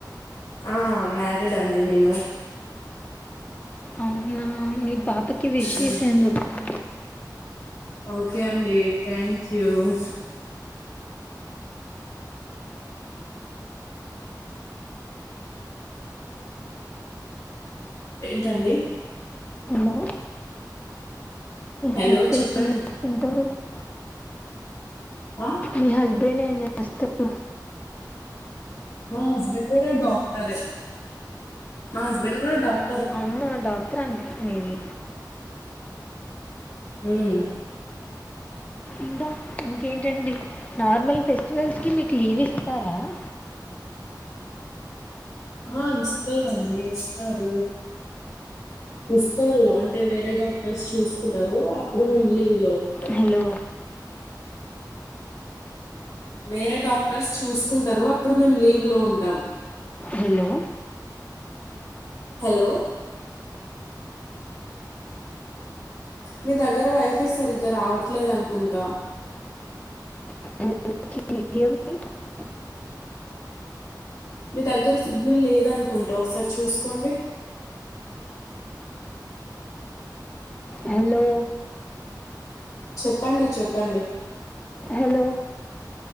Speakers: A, on the left; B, on the left.
A: ఆ మ్యారిడ్ అంది నిను
B: అవునా మీ పాపకి విష్
A: ఉమ్,
B: చేశా అని చెప్పండి
A: ఓకే అండి థ్యాంక్ యూస్ ఏంటండి
B: హలో
A: హలో
B: అం చేసుంటారు
A: చెప్పండి
B: <unintelligible>
A: ఆ
B: మీ హస్బెండ్ ఏంచేస్తారు
A: మా హస్బెడ్ కూడా డాక్టర్ మా హస్బెండ్ కూడా డాక్ట
B: అవునా డాక్టర్ అండి మీది
A: హుమ్
B: ఇంకా ఇంకేంటండి నార్మల్ ఫెస్టివల్స్ కి మీకు లీవ్ ఇస్తారా <inaudible>
A: ఆ ఇస్తారండి ఇస్తారు ఇస్తరు అంటే వేరే డాక్టర్స్ చూసుకున్నారు అప్పుడు మేము లీవ్ లో ఉంటాం
B: హలో
A: వేరే డాక్టర్స్ చూసుకుంటరు అప్పుడు మేం లీవ్ లో ఉంటాం
B: హలో
A: హలో మీ దగ్గర వైఫై సరిగ్గా రావట్లేదనుకుంటా
B: <inaudible>
A: మీ దగ్గర సిగ్నల్ లేదనుకుంటా ఒకసారి చూసుకోండి
B: హలో
A: చెప్పండి చెప్పండి
B: హలో